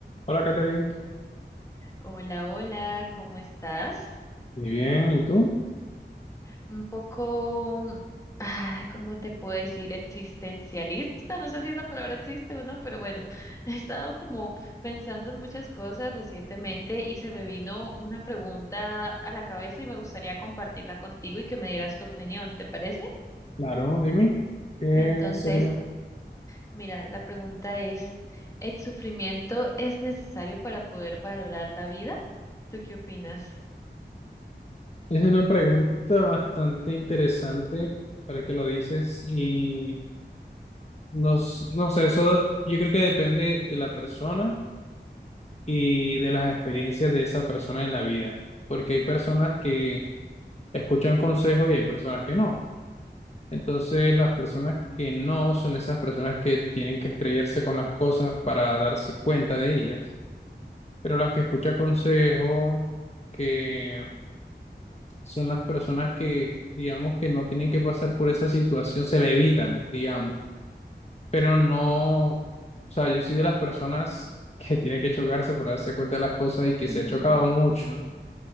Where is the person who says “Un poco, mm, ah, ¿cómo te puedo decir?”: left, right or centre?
Left